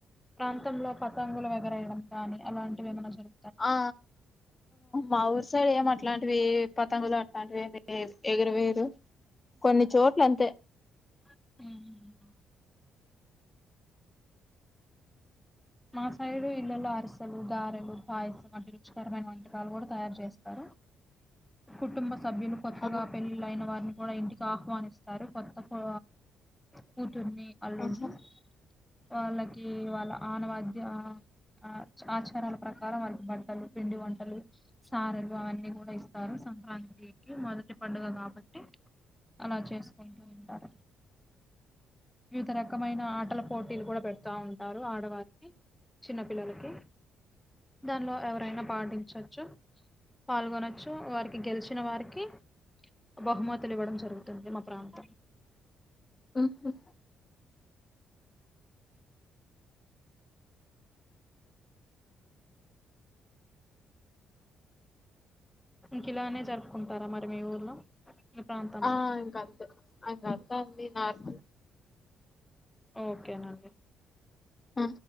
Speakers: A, in the centre; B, on the left.
A: ప్రాంతంలో పతంగులు వెగరయడం కానీ అలాంటివి ఏమైనా జరు
B: ఆ మా ఊరుసైడ్ ఏం అట్లాంటివి పతంగులు అట్లాంటివిమి ఎగరవేయరు కొన్ని చోట్ల అంతే
A: ఉమ్ మా సైడు ఇళ్లలో అరిసలు, గారెలు, పాయసం అంటివి రుచికరమైన వంటకాలు కూడా తయారు చేస్తారు కుటుంబ సభ్యులు కొత్తగా
B: ఆ
A: పెళ్ళిలైన వారిని కూడా ఇంటికి ఆహ్వానిస్తారు కొత్త కో కూ తున్ని అలున్నీ
B: ఆహా
A: వాళ్ళకి వాళ్ళ ఆన మధ్య ఆ ఆచారాల ప్రకారం వాళ్ళకి బట్టలు, పిండి వంటలు, సారలు అవన్నీ కూడా ఇస్తారు. సంక్రాంతికి మొదటి పండుగ కాబట్టి అలా చేసి ఉండి ఉంటారు వివిధ రకమైన ఆటల పోటీలు కూడా పెడతా ఉంటారు ఆడ వారికి చిన్నపిల్లలకి దాంట్లో ఎవరైనా పాటించొచ్చు పాల్గొనొచ్చు వారికి గెలిచినా వారికి బహుమతులు ఇవ్వడం జరుగుతుంది మా ప్రాంతం
B: ఓ హొ
A: ఇంక ఇలానే జరుపుకుంటారా మరి మీ ఊర్లో మీ ప్రాంతంలో
B: ఆ ఇంగంతే అంగ అంతా అంది నార్
A: ఓకే నండి
B: హా